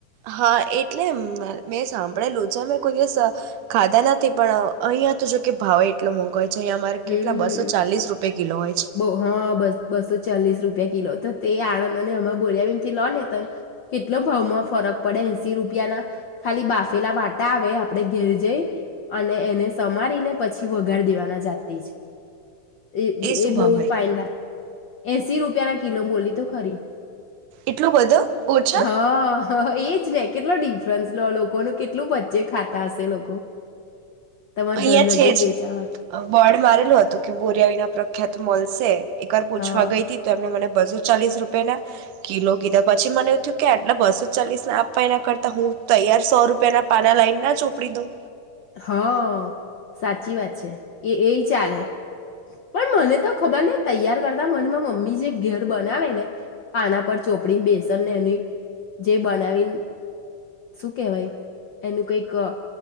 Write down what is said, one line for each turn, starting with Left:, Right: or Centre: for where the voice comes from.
Right: હા એટલે મેં સાંભળે લોજા મે કોઈ દિવસ ખાધા નથી પણ અહીયાં તો જો કે ભાવ એટલો મોંઘો છે અહીંયા અમારે
Left: હમ
Right: કેટલા બસો ચાલીસ રૂપિયા કિલો હોય છે
Left: બ હા બસ બસો ચાલીસ રૂપિયા કિલો હતો. તે આણંદ અને અમમે બોલ્યા એમથી લો નેતા કેટલો ભાવમાં ફરક પડે એસી રૂપિયા ના ખાલી બાફેલા વાટા આવે આપડણે ઘેર જઈ અને એને સમારીને પછી વગાડ દેવાના જાતા. તેજ એ
Right: શું
Left: એ બહ
Right: ભાવ હોય
Left: પાન લાગે. એસી રૂપિયા ના કિલો બોલી તો ખરી.
Right: એટલું બધું ઓછા
Left: હા, એ જ ને કેટલો ડિફરન્સ લોકોનું કેટલું વચ્ચે ખાતા હશે લોકો. તમારા
Right: અહિયાં
Left: ઘર લગીને
Right: છે, જ
Left: વેચાવા
Right: બોર્ડ મારેલુ હતું. તો કે બોરિયા વિના પ્રખ્યાત મલશે. એક વાર પૂછવા
Left: હા
Right: ગઈ તી તો એમને મને બસો ચાલીસ રૂપિયા ના કિલો કીધા, પછી મને એવું થયું કે, આટલા બસો ચાલીસ ના આપવા એના કરતા હું તૈયાર સો રૂપિયા ના પાના લાઈન ના ચોપડી દઉં.
Left: હા. સાચી વાત છે. એ એય ચાલે, પણ મને તો ખબર નહીં તૈયાર કરતા મન મા મમ્મી જે ઘેર બનાવે ને પાના પર ચોપડી બેસન ને એની, જે બનાવીન શું કહેવાય, એનું કઈક અહ